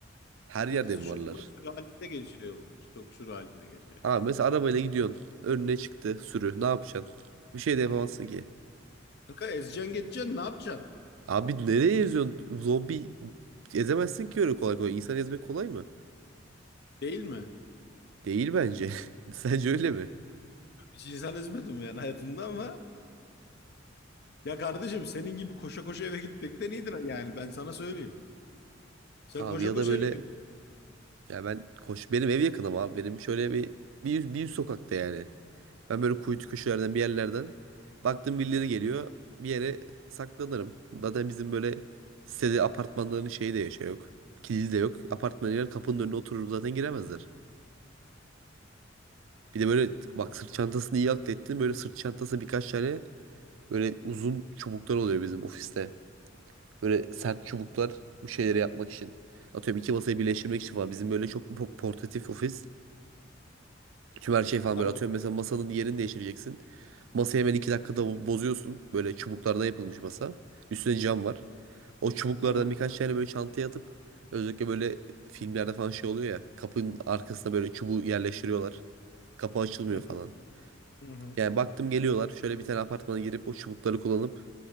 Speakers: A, on the right (about 80°); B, on the left (about 55°).
A: her
B: Sıkıntısı
A: yerde mi
B: şu.
A: varlar?
B: Bunlar sürü halinde geziyor. bunlar. Çok sürü halinde geziyor.
A: Abi mesela arabayla gidiyorsun. Önüne çıktı sürü. Ne yapacaksın? Bir şey de yapamazsın ki.
B: Kanka ezeceksin geçeceksin ne yapacaksın?
A: Abi nereye eziyorsun? Zombi ezemezsin ki öyle kolay kolay. İnsan ezmek kolay mı?
B: Değil mi?
A: Değil bence. <laughs> Sence öyle mi?
B: Hiç insan ezmedim yani hayatımda ama. Ya kardeşim senin gibi koşa koşa eve gitmekten iyidir yani. Ben sana söyleyeyim. Sen
A: Abi
B: koşa
A: ya
B: koşa
A: da böyle
B: eve git.
A: ya ben koş benim ev yakınım abi. Benim şöyle bir bir, yüz- bir yüz sokakta yani. Ben böyle kuytu köşelerden bir yerlerden baktım birileri geliyor. Bir yere saklanırım. Zaten bizim böyle sitede apartmanların şeyi de şey yok. Kilidi de yok. Apartmana girer kapının önüne otururum zaten giremezler. Bir de böyle bak sırt çantasını iyi aklettin. Böyle sırt çantasına birkaç tane böyle uzun çubuklar oluyor bizim ofiste. Böyle sert çubuklar bu şeyleri yapmak için. Atıyorum iki masayı birleştirmek için falan. Bizim böyle çok po- portatif ofis. Tüm her şeyi falan
B: Tamam.
A: böyle atıyorum. Mesela masanın yerini değiştireceksin. Masayı hemen iki dakikada bo- bozuyorsun. Böyle çubuklardan yapılmış masa. Üstüne cam var. O çubuklardan
B: Tamam.
A: birkaç tane böyle çantaya atıp özellikle böyle filmlerde falan şey oluyor ya. Kapının arkasına böyle çubuğu yerleştiriyorlar. Kapı açılmıyor
B: Hı
A: falan.
B: hı. Hı hı.
A: Yani baktım geliyorlar. Şöyle bir tane apartmana girip o çubukları kullanıp